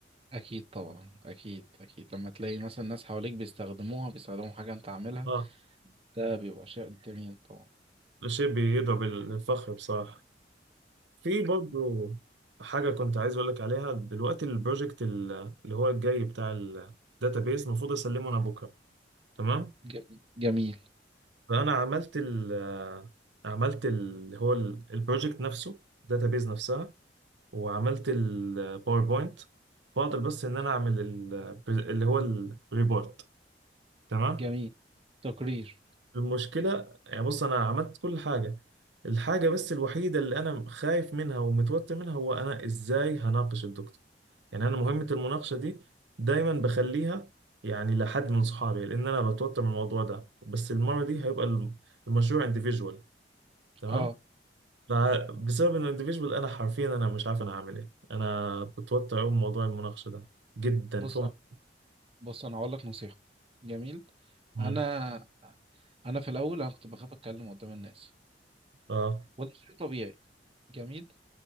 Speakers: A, on the right; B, on the right.
A: اكيد طبعا اكيد اكيد لما تلاقي مثلا ناس حواليك بيستخدموها بيستخدموا حاجة انت عاملها
B: اه
A: ده بيبقى شيء جميل طبعا
B: ده شيء بيضرب الفخر بصراحة في برضو حاجة كنت عايز اقول لك عليها دلوقتي البروجكت ال- اللي هو الجاي بتاع الداتابيز المفروض اسلمه انا بكرة تمام
A: جميل جميل
B: فانا عملت ال آه، عملت ال هو ال- البروجكت نفسه الداتابيز نفسها وعملت الباوربوينت فاضل بس ان انا اعمل ال- اللي هو الريبورت تمام
A: جميل تقرير
B: المشكله يعني بص انا عملت كل حاجه الحاجه بس الوحيده اللي انا خايف منها ومتوتر منها هو انا ازاي هناقش الدكتور يعني انا مهمه المناقشه دي دايما بخليها يعني لحد من صحابي لان انا بتوتر من الموضوع ده بس المره دي هيبقى الم- المشروع individual تمام
A: اه
B: فبسبب انه individual انا حرفيا انا مش عارف انا هعمل ايه انا بتوتر قوي من موضوع المناقشه ده جدا
A: بص
B: فوق
A: بص انا هقول لك نصيحه جميل
B: مم.
A: انا انا في الاول انا كنت بخاف اتكلم قدام الناس
B: اه
A: وده شيء طبيعي جميل